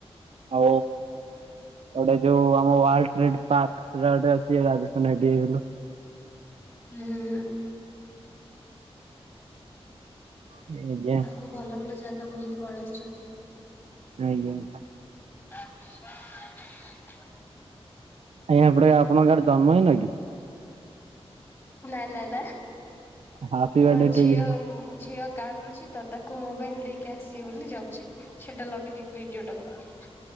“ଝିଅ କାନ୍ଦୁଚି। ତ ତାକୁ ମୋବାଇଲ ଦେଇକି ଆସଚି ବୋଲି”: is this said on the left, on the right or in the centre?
Left